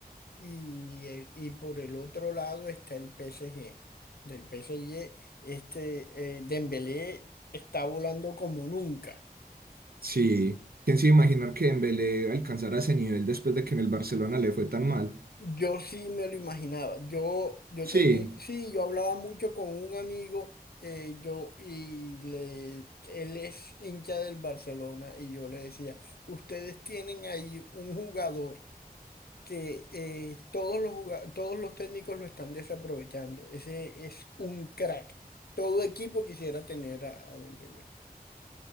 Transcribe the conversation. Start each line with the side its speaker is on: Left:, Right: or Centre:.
Left: Y, el- y por el otro lado está el PSG. Del PSG, este eh, Dembélé está volando como nunca.
Right: Sí, ¿quién se iba a imaginar que Dembélé alcanzara ese nivel después de que en el Barcelona le fue tan mal?
Left: Yo sí me lo imaginaba. Yo, yo
Right: Sí,
Left: tenía, sí, yo hablaba mucho con un amigo, eh, yo, y le, él es hincha del Barcelona, y yo le decía, ustedes tienen ahí un jugador que eh, todos los juga- todos los técnicos lo están desaprovechando. Ese es un crack. Todo equipo quisiera tener a, a Dembélé.